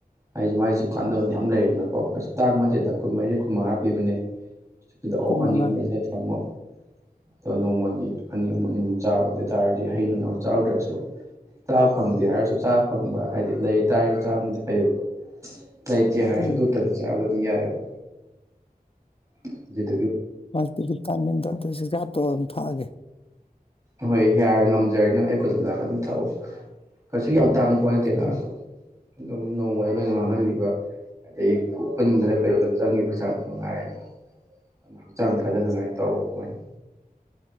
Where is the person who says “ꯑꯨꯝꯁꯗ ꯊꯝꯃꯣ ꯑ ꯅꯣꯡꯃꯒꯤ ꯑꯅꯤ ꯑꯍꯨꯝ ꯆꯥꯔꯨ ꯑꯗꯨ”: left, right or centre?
Right